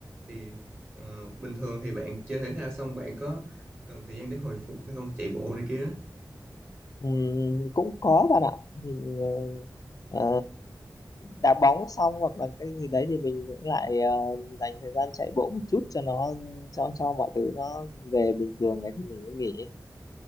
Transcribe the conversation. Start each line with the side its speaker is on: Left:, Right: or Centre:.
Right: thì ờ, bình thường thì bạn chơi thể thao xong bạn có cần thời gian để hồi phục hay không chạy bộ này kia đó
Left: ừm, cũng có bạn ạ mình ờ, ờ, đá bóng xong hoặc là cái gì đấy thì mình cũng lại ờ, dành thời gian chạy bộ một chút cho nó cho cho mọi thứ nó về bình thường ấy thì mình mới nghỉ